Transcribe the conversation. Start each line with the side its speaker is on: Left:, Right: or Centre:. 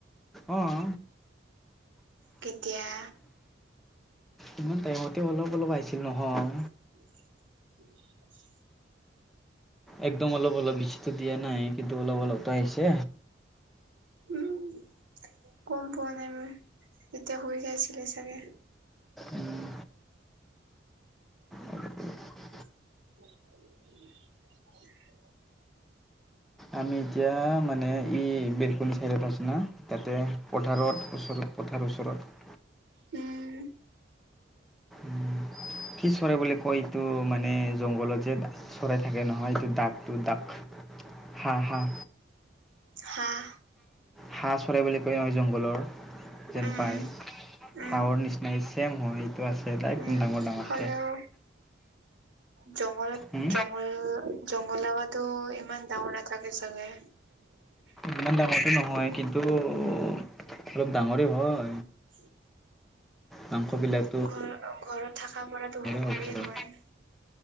Centre: অঁ
Right: কেতিয়া?
Centre: ইমান টাইমতে অলপ অলপ আহিছিল নহয়।
Right: <inaudible>
Centre: একদম অলপ অলপ বেছি টো দিয়া নাই কিন্তু অলপ অলপ টো আহিছে।
Right: উম। গম পোৱা নাই মই এতিয়া শুই গাইছিলে চাগে।
Centre: উম, অলপ অলপ।
Right: <unintelligible>
Centre: আমি এতিয়া মানে ই বেলকনি চাইডত আছো না? তাতে পথাৰত ওচৰত পথাৰৰ ওচৰত।
Right: উম।
Centre: উম। কি চৰে বুলি কয় এইটো, মানে জংঘলত যে চৰাই থাকে নহয় এইটো দাগ দাগ হাঁ হাঁ।
Right: হাঁহ।
Centre: হাঁহ চৰে বুলি কয় অহ জংঘলৰ। যেন
Right: উম
Centre: পায়
Right: উম
Centre: হাৱৰ নিচিনাই ছেইম হয় এইটো আছে একদ
Right: উম
Centre: ডাঙৰ ডাঙৰকে।
Right: হ'লেও জংঘলত
Centre: হুম
Right: জংঘল জংঘল জেগাটো ইমান ডাঙৰ নাথাকে চাগে।
Centre: ইমান ডাঙৰটো নহয় কিন্তু অলপ ডাঙৰেই হয়।
Right: <unintelligible>
Centre: মাংসবিলাক
Right: ঘ ঘৰত থকা পৰাতো সৰুৱে
Centre: হ'ব চাগে
Right: হয়।